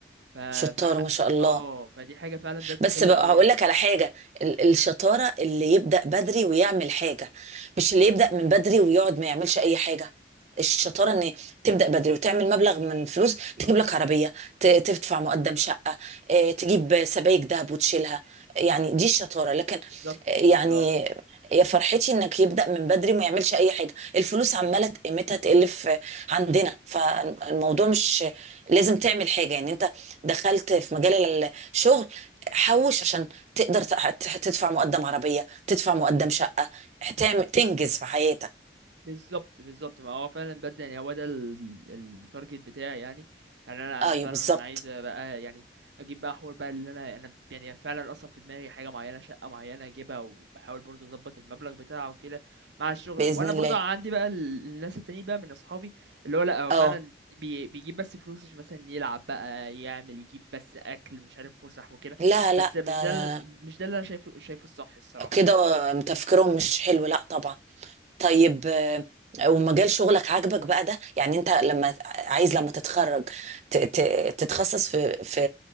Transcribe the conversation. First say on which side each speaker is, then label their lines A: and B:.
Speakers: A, on the right; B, on the right.
A: ف
B: شطار
A: ف
B: ما شاء الله
A: اه فدي حاجة فعلا بجد
B: بس
A: حلوة
B: بقى
A: قوي
B: هقول
A: يعني
B: لك على حاجه ال- الشطاره اللي يبدا بدري ويعمل حاجه مش اللي يبدا من بدري ويقعد ما يعملش اي حاجه الشطاره ان تبدا بدري وتعمل مبلغ من الفلوس تجيب لك عربيه ت- تدفع مقدم شقه آه، تجيب سبائك ذهب وتشيلها يعني دي الشطاره لكن
A: بالظبط
B: آه،
A: بالظبط
B: يعني
A: اه
B: يا فرحتي انك يبدا من بدري وما يعملش اي حاجه الفلوس عماله قيمتها تقل في عندنا فالموضوع مش لازم تعمل حاجه يعني انت دخلت في مجال الشغل حوش عشان تقدر تح- تح- تدفع مقدم عربية تدفع مقدم شقة تعمل تنجز في حياتك
A: بالظبط بالظبط ما هو فعلا بدأ يعني هو ده ال- ال- التارجت بتاعي يعني يعني انا
B: ايوه
A: انا فعلا
B: بالظبط
A: عايز بقى يعني اجيب بقى حوار بقى اللي انا انا يعني فعلا اصلا في دماغي حاجه معينه شقه معينه اجيبها وبحاول برضو اظبط المبلغ بتاعه وكده مع الشغل
B: بإذن
A: وانا
B: الله
A: برضو عندي بقى ال- الناس التانيين بقى من اصحابي اللي هو لا هو
B: اه
A: فعلا بي بيجيب بس فلوس عشان مثلا يلعب بقى يعمل يجيب بس اكل مش عارف فسح وكده
B: لا لا
A: بس مش
B: ده
A: ده ال- مش ده اللي انا شايفه شايفه الصح الصراحه
B: كده
A: يعني
B: تفكيرهم مش حلو لا طبعا طيب آه، ومجال شغلك عاجبك بقى ده يعني انت لما عايز لما تتخرج ت- ت- تتخصص في في